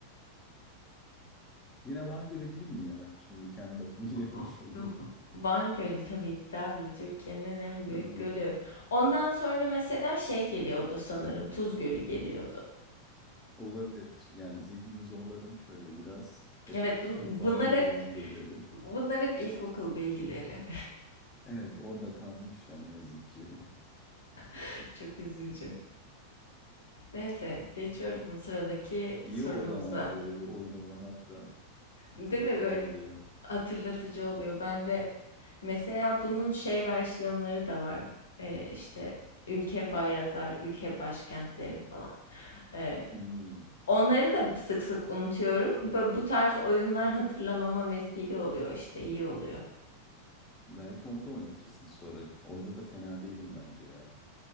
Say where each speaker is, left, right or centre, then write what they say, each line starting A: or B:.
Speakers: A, on the left; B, on the left.
A: yine Van Gölü değil mi ya? Şimdi kendi lafımı <laughs> yememiş
B: V-
A: olurum.
B: V- Van Gölü tabii ki de abi Türkiye'nin en büyük
A: Tamam.
B: gölü. Ondan sonra mesela şey geliyordu sanırım Tuz Gölü geliyordu.
A: Olabilir. Yani zihnimi zorladım şöyle biraz. Hep
B: Evet bun-
A: Van
B: bunlar
A: Gölü
B: hep
A: Van Gölü dedi.
B: bunlar hep ilkokul bilgileri.
A: Evet orada kalmış yani ne yazık ki.
B: <laughs> Çok üzücü. Neyse geçiyorum sıradaki
A: <laughs> İyi
B: sorumuza.
A: oldu ama ya böyle bir oyun oynamak da Hatırlatıcı
B: Değil mi böyle
A: oluyor.
B: hatırlatıcı oluyor. Ben de Mesela bunun şey versiyonları da var. Ee, işte ülke bayraklar, ülke başkentleri falan. Ee,
A: Hmm.
B: onları da sık sık unutuyorum. Ve bu tarz oyunlar hatırlamama vesile oluyor işte iyi oluyor.
A: Belki onda oynatırsın sonra. Orada da fena değilim bence ya.